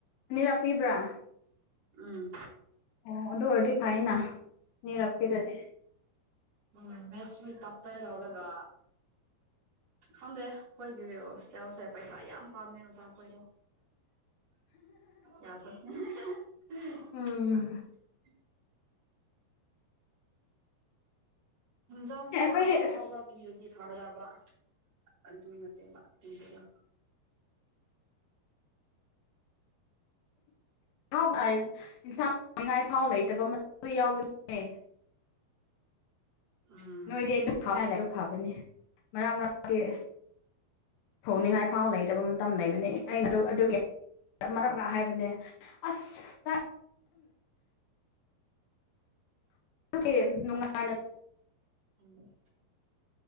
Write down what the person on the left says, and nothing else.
ꯑꯅꯤꯔꯛ ꯄꯤꯕ꯭ꯔꯥ
ꯑꯣ ꯑꯗꯨ ꯑꯣꯏꯔꯗꯤ ꯐꯥꯏꯅ ꯃꯤꯔꯞꯄꯤꯔꯗꯤ
ꯎꯝ
ꯑꯩꯈꯣꯏꯗꯤ
ꯥꯎ ꯏꯟꯁꯥꯡꯅꯤꯡꯉꯥꯏ ꯑꯐꯥꯎ ꯂꯩꯇꯕ ꯌꯥꯎꯕꯅꯤꯅꯦ
ꯅꯣꯏꯗꯤ ꯑꯗꯨ ꯑꯗꯨ ꯐꯥꯕꯅꯤ ꯃꯔꯥꯡ ꯃꯔ ꯊꯣꯡꯅꯤꯡꯉꯥꯏ ꯐꯥꯎ ꯂꯩꯇꯕ ꯃꯇꯝ ꯂꯩꯕꯅꯤ ꯑꯩꯅ ꯑꯗꯨꯒꯤ ꯃꯔꯛ ꯃꯔ ꯅꯦ ꯑꯁꯝ ꯦ ꯅꯨꯡꯉꯥꯏꯅ